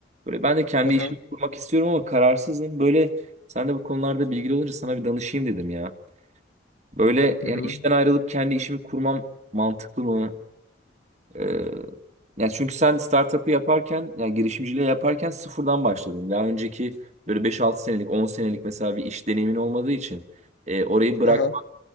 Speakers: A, on the right (about 35°); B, on the left (about 65°).
A: Böyle ben de kendi
B: Aha,
A: işimi kurmak istiyorum ama kararsızım. Böyle sen de bu konularda bilgili olunca sana bir danışayım dedim ya. Böyle
B: Hı
A: yani
B: hı.
A: işten ayrılıp kendi işimi kurmam mantıklı mı? Ee, yani çünkü sen startup'ı yaparken yani girişimciliği yaparken sıfırdan başladın. Daha önceki böyle beş altı senelik 10 senelik mesela bir iş deneyimin olmadığı için e, orayı bırak
B: aha.